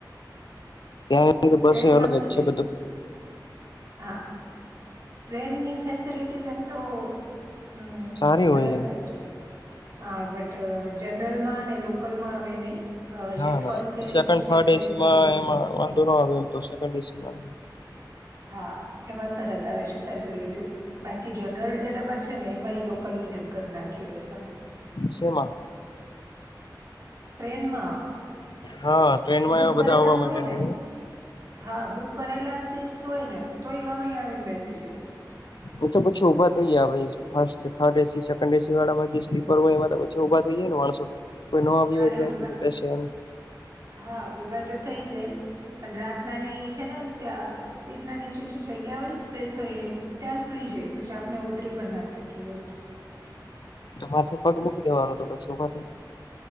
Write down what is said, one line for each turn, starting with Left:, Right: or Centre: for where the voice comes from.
Left: ત્યાં કે બસ
Right: ટ્રેનમાં
Left: અલગ
Right: કર્યું
Left: જ છે બધું
Right: હા ટ્રેનની ફેસિલિટીઝ એમ તો હમ્મ
Left: સારી
Right: સરસ
Left: હોય
Right: આવે છે હા બટ જનરલ માં અને લોકલમાં આવે નહી અ
Left: ના
Right: જે first
Left: ના
Right: AC
Left: second third એસીમાં
Right: AC
Left: એ વાંધો નો એમ તો સેકન્ડ એસીમાં
Right: હા એમાં સરસ આવે છે ફેસિલિટીસ બાકી જનરલ જે ડબ્બા છે ને એમાં લોકલ ની જેમ કરી નાખ્યું હસ
Left: સેમા
Right: ટ્રેનમાં
Left: હા ટ્રેનમાં
Right: બુક
Left: આવા
Right: કરેલા
Left: બધા આવવા માટે
Right: હોય
Left: આવ
Right: ને હા બુક કરેલા સીટ્સ હોય ને તોય ગમે આવીને બેસી જઈ દે
Left: એ તો પછી ઊભા થઈ જાય આપણે હર્ થર્ડ એસી સેકન્ડ એસી વાળામાં જે સ્લીપર હોય એમાં બચછે ઊભા થઈ જાય ને માણસો કોઈ ન આવી હોય
Right: અરે
Left: ત્યાં
Right: ઉભા
Left: સુધી બેસે એમ
Right: હા ઉભા તો થઈ જાય પણ રાતના ને છે ને ત્યાં સીટના ના નીચે જે જગ્યા હોય ને સ્પેસ હોય એ ત્યાં સુઈ જાય પછી આપને ઉતરી પણ નાસે કે ઉઠે
Left: તો મારથી પગ મૂકી દેવાનું તો પછી ઉભા થઈ ગય